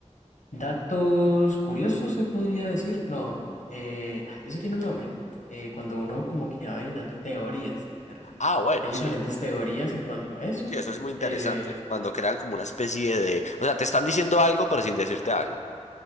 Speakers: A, on the left (about 90°); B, on the left (about 70°).
A: datos curiosos, se podría decir. No, eh, eso tiene un nombre. Eh, cuando uno como que va adivinando, teorías, me refiero.
B: Ah, bueno,
A: Hay diferentes
B: sí.
A: teorías en cuanto a eso.
B: Sí, eso es muy interesante.
A: Eh,
B: Cuando crean como una especie de... O sea, te están diciendo algo, pero sin decirte algo.